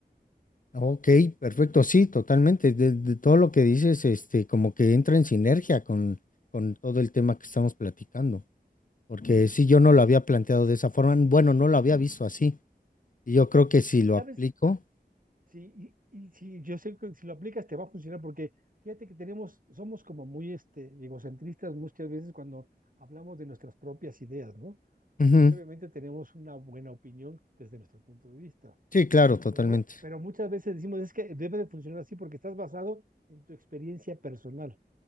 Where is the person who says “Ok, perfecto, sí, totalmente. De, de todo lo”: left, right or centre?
Left